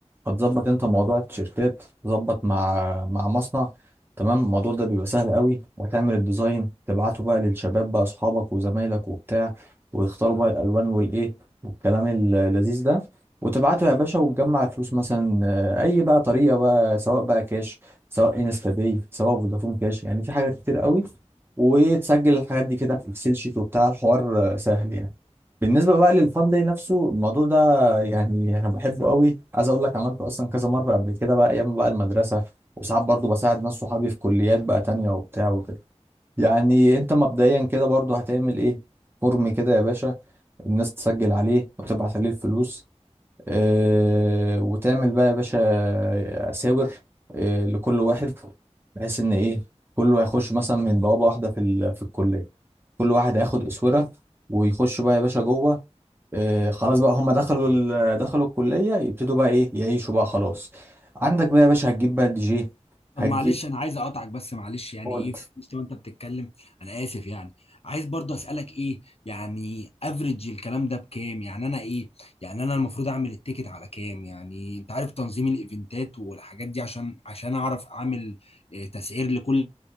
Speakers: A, on the right; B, on the left.
A: هتظبط انت موضوع التيشيرتات تظبط مع مع مصنع تمام الموضوع ده بيبقى سهل قوي وتعمل الديزاين تبعته بقى للشباب بقى اصحابك وزمايلك وبتاع ويختاروا بقى الالوان والايه والكلام اللذيذ ده وتبعته يا باشا وتجمع فلوس مثلا آه، اي بقى طريقه بقى سواء بقى كاش سواء انستا باي سواء فودافون كاش يعني في حاجات كتير قوي وتسجل الحاجات دي كده في اكسل شيت وبتاع الحوار آه، سهل يعني بالنسبة بقى للفان داي نفسه الموضوع ده يعني أنا بحبه قوي عايز أقول لك عملته أصلا كذا مرة قبل كده بقى أيام بقى المدرسة وساعات برضو بساعد ناس صحابي في كليات بقى تانية وبتاع وكده يعني أنت مبدئيا كده برضو هتعمل إيه فورم كده يا باشا الناس تسجل عليه وتبعت عليه الفلوس اه وتعمل بقى يا باشا آه، ساور اه لكل واحد بحيث إن إيه كله هيخش مثلا من بوابة واحدة في ال- في الكلية كل واحد هياخد أسورة ويخش بقى يا باشا جوه آه، خلاص بقى هم دخلوا ال- دخلوا الكلية يبتدوا بقى ايه يعيشوا بقى خلاص عندك بقى يا باشا هتجيب بقى دي جي
B: طب
A: هتجيب
B: معلش انا عايز اقطعك بس معلش يعني
A: قول.
B: ايه في وسط ما انت بتتكلم انا اسف يعني عايز برضو اسالك ايه يعني افريج الكلام ده بكام يعني انا ايه يعني انا المفروض اعمل التيكت على كام يعني انت عارف تنظيم الايفنتات والحاجات دي عشان عشان اعرف اعمل آه، تسعير لكل